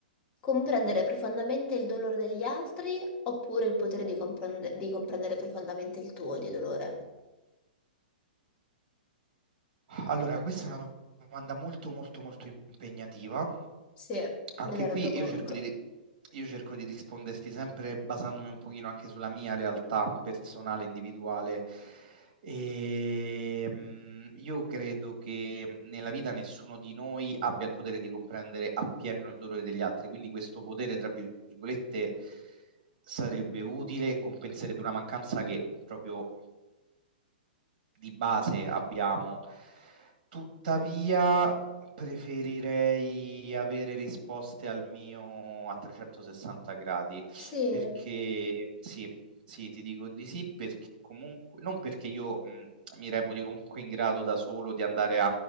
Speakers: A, on the left; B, on the right.
A: comprendere profondamente il dolore degli altri oppure il potere di comprende- di comprendere profondamente il tuo di dolore?
B: Allora, questa è una domanda molto, molto, molto impegnativa.
A: Sì, me
B: Anche
A: ne rendo
B: qui
A: conto.
B: io cerco di, ri- io cerco di risponderti sempre basandomi un pochino anche sulla mia realtà personale, individuale. E, mm, io credo che nella vita nessuno di noi abbia il potere di comprendere appieno il dolore degli altri, quindi questo potere, tra virgolette, sarebbe utile e compenserebbe una mancanza che proprio di base abbiamo. Tuttavia, preferirei avere risposte al mio a 360 gradi,
A: Sì.
B: perché sì, sì, ti dico di sì, perché comunque, non perché io mh, mi reputi comunque in grado da solo di andare a,